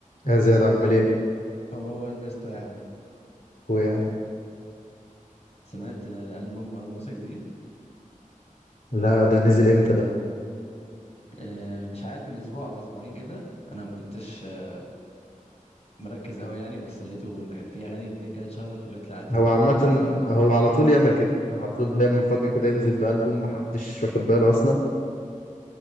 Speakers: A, on the left; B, on the left.
A: يا زياد عامل
B: هو هو
A: ايه
B: ال- هو هو البيستو يا عم
A: اخويا يا عم
B: سمعت آه، ألبوم مروان موسى الجديد
A: لا ده نزل امتى ده
B: آه، مش عارف من أسبوع أو أسبوعين كده أنا ما كنتش آه، مركز أوي يعني بس لقيته إن في أغاني جديدة كده اتشهرت وجات لي على تيك
A: هو
B: توك
A: عامة
B: وبتاع فدي
A: هو على طول يعمل كده على طول دايما فجأة كده ينزل بألبوم محدش واخد باله اصلا